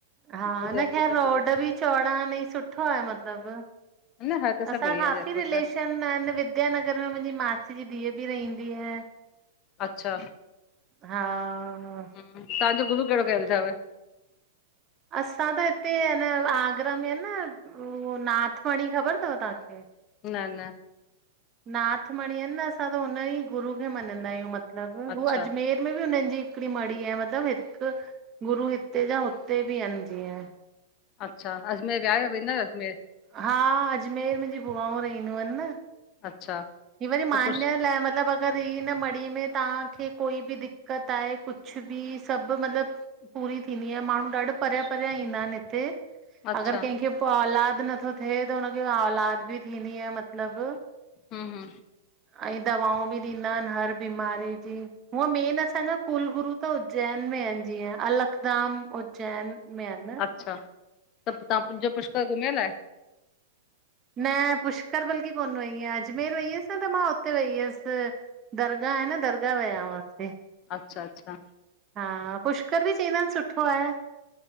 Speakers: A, on the right; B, on the left.
A: हा
B: त जयपुर
A: न ख़ैर
B: त
A: रोड
B: बढ़िया।
A: बि चौड़ा एनं सुठो आये मतलब
B: ह न हा त सभु
A: असां
B: बढ़िया
A: काफ़ी
B: जयपुर
A: रिलेशन
B: त
A: आयन वि विद्यानगर में मुंजी मासी जी धीअउ ॿि रहंदी आ।
B: अच्छा
A: हां
B: ह तांजो गुरु कैड़ो कयल थव?
A: असां त हिते न आगरा में ना उहो नाथमणी ख़बर थव तांखे?
B: न-न
A: नाथ मणी अन न असां त हुन ई गुरू खे मञंदा आयूं मतलब
B: अच्छा
A: हू अजमेर अजमेर में ॿि हुनन जी हिकड़ी मड़ी आ मतिलब हिक गुरू हिते जा हुते ॿि आयन जीअं।
B: अच्छा अजमेर वया अयो वेदां अयो अजमेर?
A: हां अजमेर मुंजी बुआऊं रहंदियूं आयन न।
B: अच्छा
A: इ वरी मान्य
B: त पुष
A: लाए मतलब अगर इ हिन मड़ी में तांखे कोई ॿि दिक्कत आये कुछ ॿि सॿ मतलब पूरी थींदी आ माणू ॾाढो परयां परया ईंदां आयन हिते।
B: अच्छा
A: अगर कैंखे पो औलाद नथो थे त हुनखे औलाद ॿि थींदी आ मतलब।
B: हम-हम
A: ऐं दवाऊं बि ॾींदा आयन हर बीमारी जी हूअ मेन असांजा कुल गुरु त उज्जैन में आहिनि जीअं अलकदाम उज्जैन में आहिनि न।
B: अच्छा त तव्हां <unintelligible> पुष्कर घुमियल आहें?
A: न पुष्कर बल्कि कोन वेई आया अजमेर वई हुअसि न त मां हुते वई हुअसि। दरगाह आहे न दरगा विया हुयासीं।
B: अच्छा अच्छा
A: हां पुष्कर बि चईंदा आहिनि सुठो आहें।